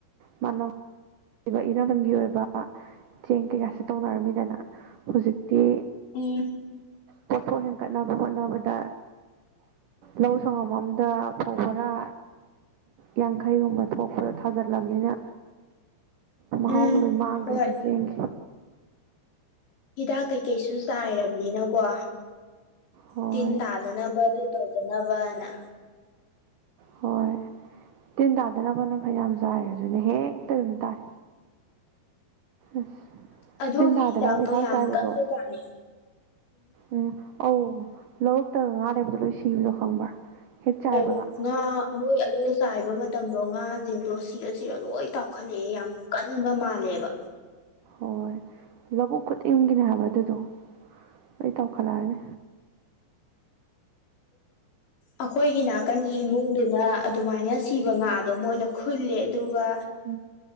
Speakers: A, on the right; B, on the left.
A: ꯃꯅꯕ ꯂꯩ ꯏꯔꯝꯗꯝꯒꯤ ꯑꯣꯏꯕ ꯆꯦꯡ ꯀꯩꯀꯁꯤ ꯇꯧꯅꯔꯝꯃꯤꯗꯅ ꯍꯧꯖꯤꯛꯇꯤ
B: ꯎꯝ
A: ꯄꯣꯠꯊꯣꯛ ꯍꯦꯟꯀꯠꯅꯕ ꯍꯣꯠꯅꯕꯗ
B: <unintelligible>
A: ꯂꯧ ꯁꯪꯉꯝ ꯑꯝꯗ ꯐꯧ ꯕꯣꯔꯥ ꯌꯥꯡꯈꯩꯒꯨꯝꯕ ꯊꯣꯛꯄꯗꯣ ꯊꯥꯖꯤꯜꯂꯕꯅꯤꯅ ꯍꯒꯂꯣꯏ
B: ꯎꯝ
A: ꯃꯥꯥꯡꯒ꯭ꯔꯦꯗ
B: ꯍꯣꯏ
A: ꯆꯦꯡ
B: ꯍꯤꯗꯥꯛ ꯀꯩꯀꯩꯁꯨ ꯆꯥꯏꯔꯕꯅꯤꯅꯀꯣ
A: ꯍꯣꯏ
B: ꯇꯤꯟ ꯇꯥꯗꯅꯕ ꯗꯣ ꯅꯕꯅꯥ
A: ꯍꯣꯏ ꯇꯤꯟ ꯇꯥꯗꯅꯕꯅ ꯐꯅꯌꯥꯝ ꯆꯥꯏꯔ ꯑꯗꯨꯅꯦ ꯍꯦꯛꯇ ꯑꯗꯨꯝ ꯇꯥꯏ ꯑꯁ
B: ꯑꯗꯨꯒꯤ
A: ꯇꯤꯟ ꯇꯥꯗꯅꯕ
B: ꯍꯤꯗꯥꯛꯇꯣ
A: ꯍꯤꯗꯥꯛ
B: ꯌꯥꯝ
A: ꯆꯥꯏꯕꯗꯣ
B: ꯀꯟꯕꯖꯥꯠꯅꯤ
A: ꯎꯝ ꯑꯧ ꯂꯧꯔꯛꯇꯒ ꯉꯥ ꯂꯩꯕꯗꯣ ꯂꯣꯏ ꯁꯤꯕꯗꯣ ꯈꯪꯕ꯭ꯔꯥ ꯍꯦꯛ ꯆꯥꯏꯕꯒ
B: ꯑꯣ ꯃꯣꯏ ꯑꯗ ꯆꯥꯏꯕ ꯃꯇꯝꯗꯣ ꯉꯥꯁꯤꯡꯗꯣ ꯁꯤꯔ ꯁꯤꯔ ꯂꯣꯏ ꯇꯥꯎꯈꯠꯂꯛꯑꯦ ꯌꯥꯝ ꯀꯟꯕ ꯃꯥꯜꯂꯦꯕ
A: ꯍꯣꯏ ꯂꯧꯕꯨꯛ ꯈꯨꯗꯤꯡꯒꯤꯅꯦ ꯍꯥꯏꯕ ꯑꯗꯨꯗꯣ ꯑꯩ ꯇꯧꯈꯠꯂꯛꯑꯅꯤ
B: ꯑꯩꯈꯣꯏꯒꯤ ꯅꯥꯀꯟꯒꯤ ꯏꯃꯨꯡꯗꯨꯗ ꯑꯗꯨꯃꯥꯏꯅ ꯁꯤꯕ ꯉꯥꯗꯣ ꯃꯣꯏꯅ ꯈꯨꯜꯂꯦ ꯑꯗꯨꯒ
A: ꯎꯝ